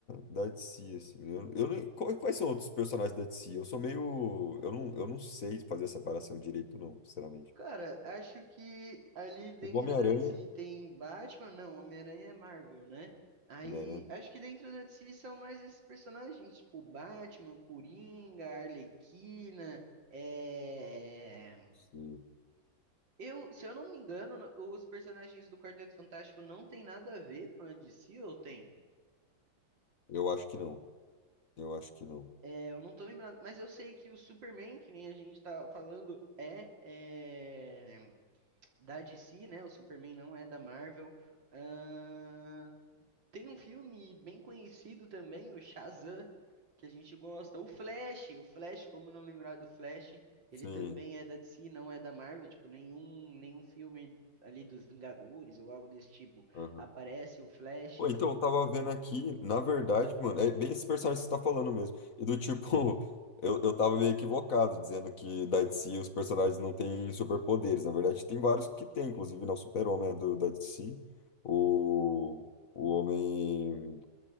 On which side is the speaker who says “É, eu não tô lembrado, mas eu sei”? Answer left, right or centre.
Right